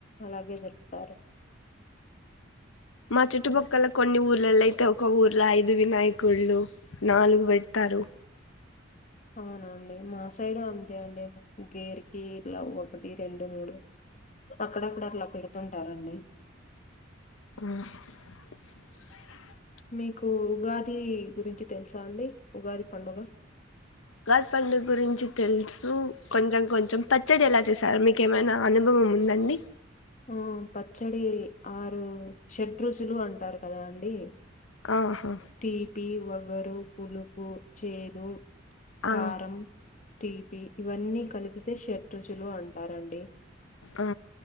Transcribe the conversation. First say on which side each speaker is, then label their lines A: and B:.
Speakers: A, on the left; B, on the left.
A: అలాగే దొరుకుతారు.
B: మా చుట్టుపక్కల కొన్ని ఊరు పిల్లల అయితే ఒక ఊర్లో ఐదు వినాయకుళ్లు నాలుగు పెడతారు.
A: అవునండి మా సైడు అంతే అండి గేరికి ఇలా ఒకటి రెండు మూడు అక్కడక్కడ అట్లా పెడుతుంటారండి.
B: ఆ
A: మీకు ఉగాది గురించి తెలుసా అండి ఉగాది పండుగ?
B: ఉగాది పండుగ గురించి తెలుసు కొంచెం కొంచెం పచ్చడి ఎలా చేసారు మీక ఏమైనా అనుభవం వు ఉందండి
A: ఆ పచ్చడి ఆరు షడ్రుచులు అంటారు కదా అండి.
B: ఆహా
A: తీపి, వగరు, పులుపు, చేదు,
B: ఆ
A: కారం తీపి ఇవన్నీ కలిపిస్తే షత్రుసుులు అంటారండి
B: ఆ